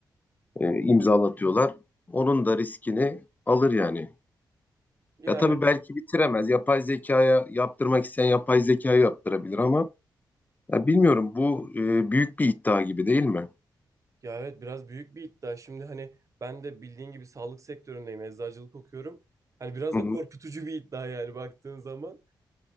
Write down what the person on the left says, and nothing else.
e, imzalatıyorlar. Onun da riskini alır yani.
Ya tabii
belki bitiremez. Yapay zekaya yaptırmak isteyen yapay zekaya yaptırabilir ama ya bilmiyorum bu e, büyük bir iddia gibi değil mi?
Hı
hı.